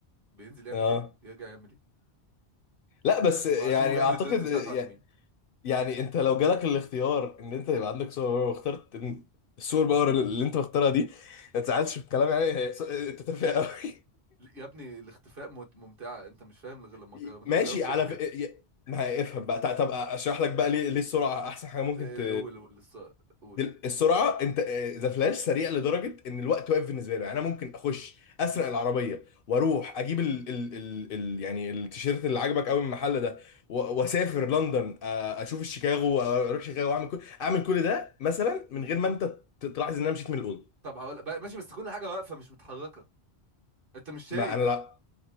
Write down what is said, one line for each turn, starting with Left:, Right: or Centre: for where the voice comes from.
Right: بينزل يعمل
Left: اه
Right: ايه يرجع يعمل ايه
Left: لا بس يعني
Right: وهشوفه بيعمل
Left: اعتقد
Right: الدريدز بتاعته
Left: يع-
Right: عند مين
Left: يعني انت لو جالك الاختيار ان انت يبقى عندك سوبر باور واخترت إن السوبر باور اللي انت مختارها دي ما تزعلش في الكلام يعني هي س- انت تافه قوي
Right: ل- يا ابني الاختفاء مت- ممتعة انت مش فاهم غير
Left: <laughs>
Right: لما تجرب انت
Left: ماشي
Right: ما جربتش
Left: على
Right: قبل كده
Left: ف... ي- ما هي- افهم بقى طب اشرح لك بقى ليه ليه السرعه احسن حاجه ممكن
Right: ايه
Left: ت...
Right: قول قول الص- قول
Left: دل... السرعه انت ذا فلاش سريع لدرجه ان الوقت واقف بالنسبه له يعني انا ممكن اخش اسرق العربيه واروح اجيب ال... ال... ال... ال... يعني التيشيرت اللي عجبك قوي من المحل ده و... واسافر لندن آ... اشوف الشيكاغو اروح شيكاغو واعمل كل اعمل كل ده مثلا من غير ما انت ت- تلاحظ ان انا مشيت من الاوضه
Right: طب هقول بقى- ماشي بس كل حاجة واقفة مش متحركة انت مش شايف
Left: ما انا لا